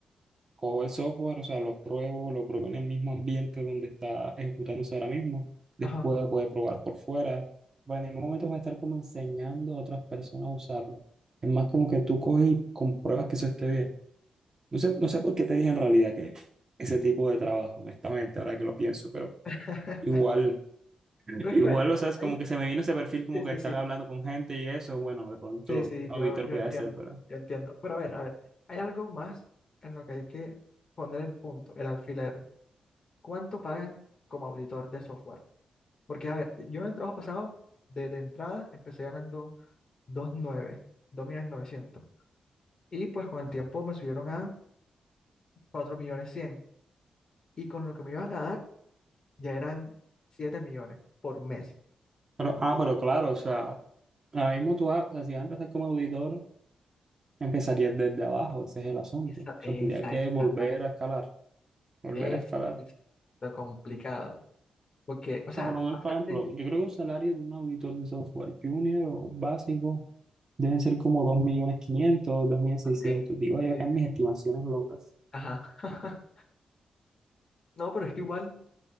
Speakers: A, on the right; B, on the left.
A: cojo el software, o sea, lo pruebo, lo pruebo en el mismo ambiente donde está ejecutándose ahora mismo, después
B: Ajá.
A: lo puede probar por fuera, pero en ningún momento va a estar como enseñando a otras personas a usarlo. Es más como que tú coges y compruebas que eso esté bien. No sé, no sé por qué te dije en realidad que ese tipo de trabajo, honestamente, ahora que lo pienso, pero
B: <laughs>
A: igual, <laughs>
B: Pero
A: igual,
B: es que, a ver,
A: o sea, es como
B: hay-
A: que se me vino ese perfil como
B: sí,
A: que
B: sí,
A: estar
B: sí,
A: hablando con gente y eso, bueno, de pronto
B: sí, sí,
A: auditor
B: yo, yo
A: puede
B: entiendo,
A: ser, ¿verdad?
B: yo entiendo. Pero a ver, a ver, hay algo más en lo que hay que poner el punto, el alfiler. ¿Cuánto pagan como auditor de software? Porque, a ver, yo en el trabajo pasado, desde entrada, empecé ganando dos dos nueve dos millones novecientos Y pues con el tiempo me subieron a cuatro millones cien Y con lo que me iban a dar, ya eran siete millones por mes.
A: Pero, ah, pero claro, o sea, ahora mismo tú, vas- o sea, si vas a empezar como auditor, empezaría desde abajo, ese es el asunto.
B: Esa,
A: O
B: esa
A: sea, tendría que
B: es
A: volver
B: la parte,
A: a escalar, volver
B: es,
A: a escalar.
B: es
A: O
B: lo complicado. Porque, o
A: sea,
B: sea,
A: para un,
B: pasaste
A: por ejemplo, yo creo que un salario de un auditor de software junior o básico deben ser como 2.500.000, seiscientos
B: Ok,
A: Digo, ahí acá
B: sí.
A: mis estimaciones locas.
B: Ajá. <laughs> No, pero es que igual